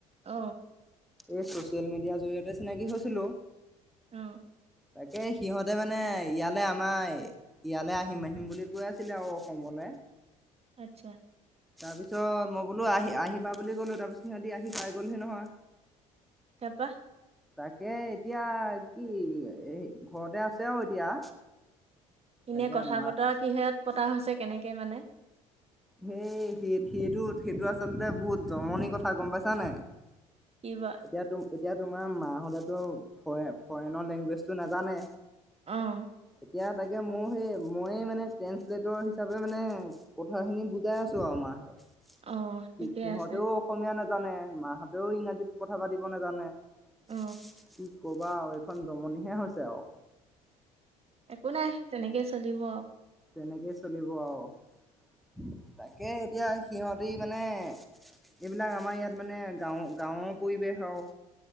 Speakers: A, on the right; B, in the centre.
A: অ
B: ইছো ছচিয়েল মিডিয়াৰ জৰিয়তে চিনাকি হৈছিলো
A: অহ
B: তাকে সিহঁতে মানে ইয়ালৈ আমাৰ ইয়ালৈ আহিম আহিম বুলি কৈ আছিলে আৰু অসমলৈ
A: আচ্ছা
B: তাৰপিছত মই বোলো আহি আহিবা বুলি গ'লো তাৰপিছত সিহঁতিৰ আহি পাই গলসি নহয়
A: তা পা
B: তাকে এতিয়া কি ঘৰতে আছে আৰু এতিয়া তাকে
A: এনে কথা
B: মা
A: বতৰা কিহত পতা হৈছে কেনেকে মানে
B: হুম সেই সেইটো সেইটো আচলতে বহুত জমনিৰ কথা গম পাইছা নাই
A: কি বা
B: এতিয়া তুম এতিয়া তোমাৰ মাহ হ'লেতো ফৰে ফৰেনৰ লেংগুৱেজটো নাজানে
A: আহ
B: এতিয়া তাকে মোৰ সেই মই মানে ট্ৰেন্ঞ্চলেটৰ হিচাপে মানে কথাখিনি বুজাই আছো আৰু মাহ হেতঁক সি
A: অ ঠিকে
B: সিহঁতেও
A: আছে
B: অসমীয়া না জানে মাহঁতেও ইংৰাজীত কথা পাতিব নাজানে কি
A: অ
B: কবা আৰু এইখন জমনিহে হৈছে আৰু
A: একো নাই তেনেকেই চলিব আৰু
B: তেনেকেই চলিব আৰু তাকে এতিয়া সিহঁতি মানে তেনেকেই চলিব আও, তাকে এতিয়া সিঁহতি মানে এইবিলাক আমাৰ ইয়াত মানে গাওঁৰ গাঁওৰ পৰিৱেশ আৰু,